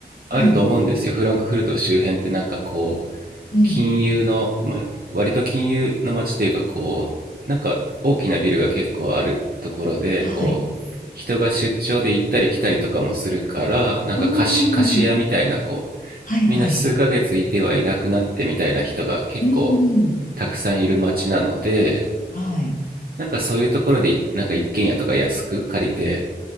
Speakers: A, on the right; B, on the left.
A: あると思うんですよ。
B: うん。
A: フランクフルト周辺ってなんかこう、
B: うん。
A: 金融の、ま、割と金融の街というかこうなんか大きなビルが結構あるところでこう人が出張で行ったり来たりとかもするからなんか貸し貸し屋みたいなこうみんな数ヶ月いてはいなくなってみたいな人が結構
B: はい。うーん。はいはい。うんうん。
A: たくさんいる街なので
B: はい。
A: なんかそういうところでなんか一軒家とか安く借りて